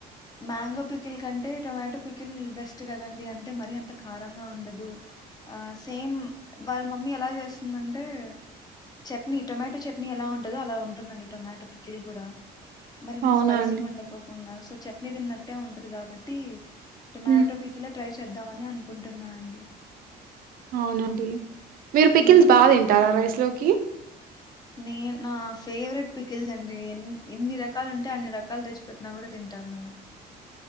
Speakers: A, on the left (about 25°); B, on the right (about 60°).
A: మ్యాంగో పిక్కిల్ కంటే టొమాటో పిక్కిల్ బెస్ట్ కదండి అంటే మర అంత కారంగా ఉండదు ఆ సేమ్ వాళ్ళ మమ్మీ ఎలా చేస్తుందంటే చట్నీ టొమాటో చట్నీ ఎలా ఉంటదో అలా ఉంటుందండి టొమాటో పిక్కిల్ కూడా మరెంత
B: అవునా
A: స్పైసి
B: అండి
A: కొండకు ఉన్నారు సో చట్నీ తిన్నట్టే ఉంటది కాబట్టి టొమాటో
B: ఉమ్
A: పికిలే ట్రై చేద్దాంమని అనుకుంటున్నానండి
B: అవునండి మీరు పిక్కిన్స్
A: మ్మ్.
B: బాగా తింటారా రైస్ లో కి
A: నే నా ఫేవరెట్ పికిల్స్ అండి ఎ ఎన్ని రకాలు ఉంటే అన్ని రకాలు తెచ్చిపెట్టినా కూడా తింటాను నేను